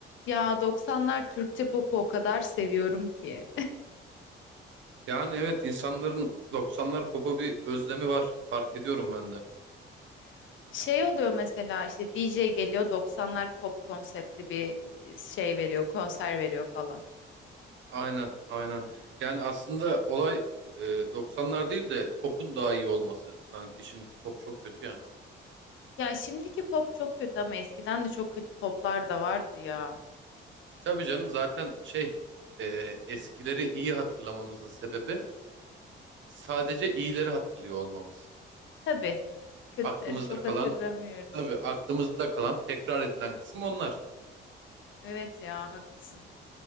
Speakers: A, on the left; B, on the right.
A: Ya doksanlar Türkçe popu o kadar seviyorum ki.
B: Yani evet insanların 90'lar popa bir özlemi var. Fark ediyorum ben de.
A: <laughs> Şey oluyor mesela işte DJ geliyor doksanlar pop konseptli bir e, şey veriyor, konser veriyor falan.
B: Aynen, aynen. Yani aslında olay e, 90'lar değil de popun daha iyi olması sanki. Şimdiki pop çok kötü ya.
A: Ya şimdiki pop çok kötü ama eskiden de çok kötü poplar da vardı ya.
B: Tabii canım zaten şey e, eskileri iyi hatırlamamızın sebebi sadece iyileri hatırlıyor olmamız.
A: Tabii kötüleri
B: Aklımızda
A: çok
B: kalan
A: hatırlamıyoruz.
B: tabii aklımızda kalan tekrar edilen kısım onlar.
A: Evet ya haklısın.